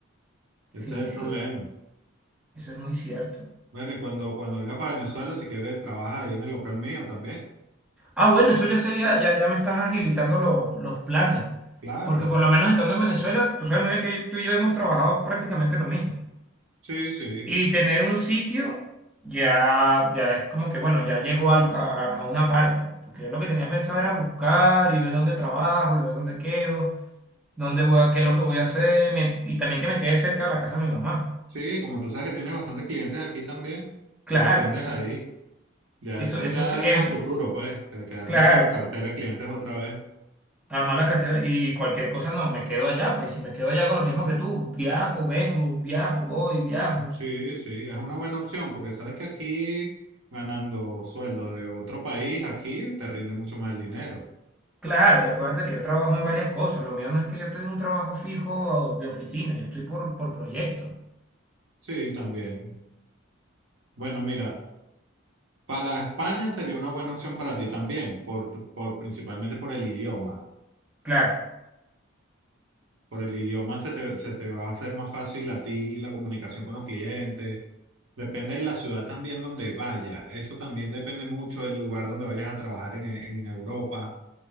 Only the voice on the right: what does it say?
ese
es el
problema.
Bueno, y cuando, cuando venga para Venezuela, si quieres, trabaja ahí en el local mío también.
Claro,
sí, sí.
Sí, como tú sabes que tienes bastantes clientes aquí también,
lo atiendes
ahí. Ya
eso
ya
es a futuro, pues, que- que armes
tu cartera de clientes otra vez.
Sí, sí, es una buena opción porque sabes que aquí ganando sueldo de otro país, aquí te rinde mucho más el dinero.
Sí, también. Bueno, mira, para España sería una buena opción para ti también, por, por, principalmente por el idioma.
Por el idioma se te, se te va a hacer más fácil a ti la comunicación con los clientes. Depende de la ciudad también donde vayas. Eso también depende mucho del lugar donde vayas a trabajar en, en en Europa.